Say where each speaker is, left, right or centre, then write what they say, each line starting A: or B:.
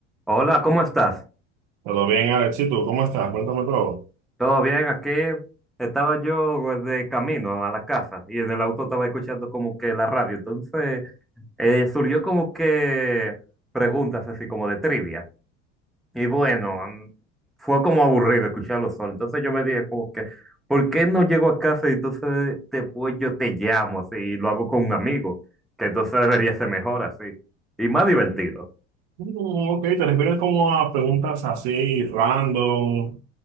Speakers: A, in the centre; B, on the right.
A: Hola, ¿cómo estás?
B: Todo bien, Alexito, ¿cómo estás? Cuéntame todo.
A: ¿Todo bien? Aquí estaba yo pues, de camino a la casa y en el auto estaba escuchando como que la radio. Entonces eh, surgió como que preguntas así como de trivia. Y bueno, mm, fue como aburrido escucharlo solo. Entonces yo me dije como que, ¿por qué no llego a casa y entonces después yo te llamo así y lo hago con un amigo? Que entonces debería ser mejor así y más divertido.
B: Mm, ok, te refieres como a preguntas así, random,